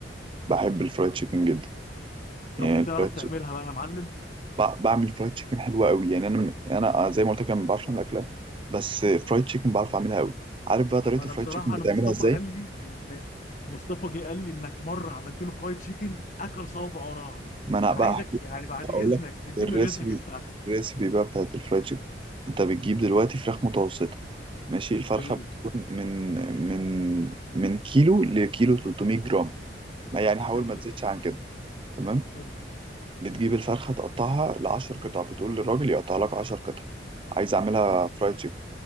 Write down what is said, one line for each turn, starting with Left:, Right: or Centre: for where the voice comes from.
Right: بحب الفرايد تشيكن جدا
Left: طب
Right: يعني
Left: بتعرف
Right: الفرايد
Left: تعملها
Right: تشيكن
Left: بقى يا معلم
Right: بعمل فرايد تشيكن حلوه قوي يعني انا انا زي ما قلت لك أنا ما بعرفش اعمل اكله بس فرايد تشيكن بعرف اعملها قوي عارف بقى طريقه
Left: ما انا
Right: الفرايد
Left: بصراحه
Right: تشيكن بتعملها
Left: انا مصطفى
Right: ازاي
Left: قال لي ان مصطفى جه قال لي انك مره عملت له فرايد تشيكن اكل صوابع وراها
Right: ما انا
Left: فانا
Right: بقى
Left: عايزك
Right: احكي
Left: يعني بعد
Right: اقول
Left: اذنك
Right: لك
Left: تديني
Right: الريسبي
Left: الريسيبي بتاعتك
Right: الريسبي بقى بتاعت الفرايد تشيكن انت بتجيب دلوقتي فراخ متوسطه ماشي الفرخه
Left: جميل
Right: بتكون من من من كيلو لكيلو 300 جرام ما يعني حاول
Left: جميل
Right: ما تزيدش عن كده تمام
Left: حلو
Right: بتجيب الفرخه تقطعها ل 10 قطع بتقول للراجل يقطع لك 10 قطع عايز اعملها
Left: حلو
Right: فرايد تشيكن